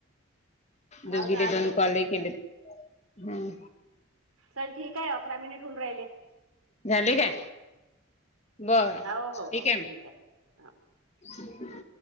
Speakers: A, on the left; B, on the right.
A: दोघीले
B: हो ना आज
A: दोन
B: लो
A: कॉललै केलेत हम्
B: चल ठीक आहे अकरा मिनिट होऊन राहिले
A: झाले काय? बरं
B: हो हो
A: ठीक
B: हो
A: आहे
B: हा.
A: म
B: हं.